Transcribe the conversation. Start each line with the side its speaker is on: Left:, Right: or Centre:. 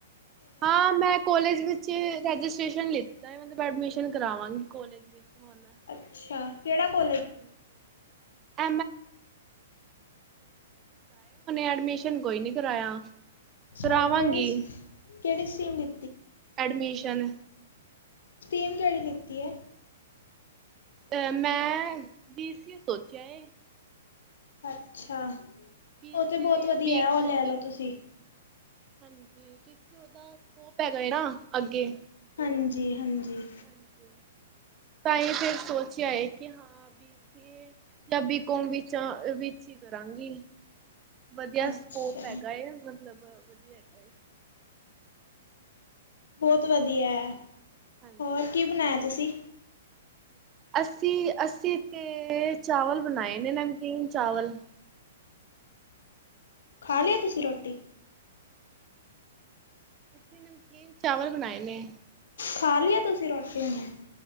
Right: ਹਾਂ ਮੈਂ ਕੋਲੈਜ ਵਿੱਚ ਰੈਜਿਸ ਮਿਸ਼ਨ ਲਿਤਾ ਐ‌ ਮਤਲਬ ਐਡਮਿਸ਼ਨ ਕਰਾਵਾਂਗੀ ਕੋਲੇਜ ਵਿੱਚ। ਹੁਣ
Left: ਅੱਛਾ ਕੇਹੜਾ ਕੋ
Right: <inaudible> ਐਡਮਿਸ਼ਨ ਕੋਈ ਨਹੀਂ ਕਰਾਇਆ
Left: ਅੱਛਾ
Right: ਕਰਾਵਾਂਗੀ
Left: ਕਿਹੜੀ ਸੀ ਕਿਹੜੀ ਸੀਨ ਲ
Right: ਐਡਮਿਸ਼ਨ
Left: ਸਟੀਮ ਜਿਹੜੀ ਲਿੱਤੀ ਹੈ
Right: ਅਹ ਮੈਂ ਬੀਸੀਏ ਸੋਚਿਆ ਸੀ।
Left: ਅੱਛਾ
Right: ਬੀ
Left: ਉਹ
Right: ਸੀ
Left: ਤੇ ਬਹੁਤ
Right: ਏ ਜਾਂ
Left: ਵਧੀਆ
Right: ਬੀ
Left: ਹੈ ਉਹ
Right: ਕੋਮ
Left: ਲੈ ਲਓ ਤੁਸੀਂ
Right: ਹਾਂਜੀ ਕਿ ਉਹਦਾ ਸਕੋਪ ਹੈਗਾ ਹੈ ਨਾ ਅੱਗੇ
Left: ਹਾਂਜੀ ਹਾਂਜੀ
Right: ਹਾਂਜੀ ਤਾਂ ਹੀ ਫੇਰ ਸੋਚ ਆਏ ਕਿ ਹਾਂ ਬ ਸੀ ਪੰਜਾਬੀ ਕੌਮ ਵਿੱਚ ਵਿੱਚ ਹੀ ਕਰਾਂਗੀ ਵਧੀਆ
Left: ਅੱਛਾ
Right: ਸਕੋਪ ਹੈਗਾ ਮਤਲਬ ਵਧੀਆ ਹੈਗਾ ਹੈ
Left: ਬਹੁਤ ਵਧੀਆ ਹੈ
Right: ਹਾਂਜੀ।
Left: ਹੋਰ ਕੀ ਬਣਾਇਆ ਤੁਸੀਂ
Right: ਅੱਸੀ ਅੱਸੀ ਤੇ ਚਾਵਲ ਬਣਾਏ ਨੇ ਨਮਕੀਨ ਚਾਵਲ
Left: ਖਾ ਲਿਆ ਤੁਸੀਂ ਰੋਟੀ
Right: ਅਸੀਂ ਨਮਕੀਨ ਚਾਵਲ ਬਣਾਏ ਨੇ
Left: ਖਾ ਲਿਆ ਤੁਸੀਂ ਰੋਟੀ ਹਣੇ